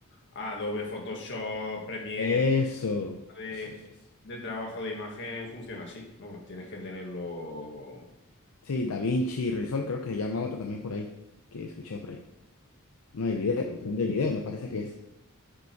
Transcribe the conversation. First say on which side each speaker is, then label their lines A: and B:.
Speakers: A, on the left; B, on the left.
A: Adobe, Photoshop, Premiere,
B: Eso,
A: de,
B: eso es eso.
A: de trabajo de imagen, funciona así. Vamos, tienes que tenerlo.
B: Sí, DaVinci Resolve creo que se llama otro también por ahí, que he escuchado por ahí. No, de video, son de video, me parece que es